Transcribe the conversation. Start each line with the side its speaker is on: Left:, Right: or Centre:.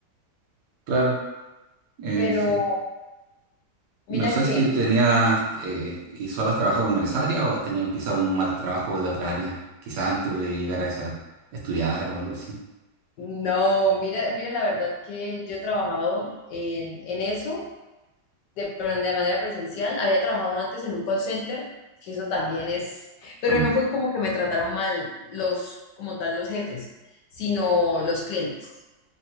Right: Claro, eh,
Left: Pero
Right: sí.
Left: mira
Right: Y no sé
Left: que,
Right: si tenías eh, y solo has trabajado como en esa área o has tenido quizá un mal trabajo de otra área, quizá antes de llegar a esa, estudiar o algo así,
Left: no, mira, mira la verdad que yo he trabajado en, en eso de, pero de manera presencial. Había trabajado antes en un call center, que eso también es, pero
Right: también.
Left: no fue como que me trataran mal los, como tal, los jefes, sino los clientes.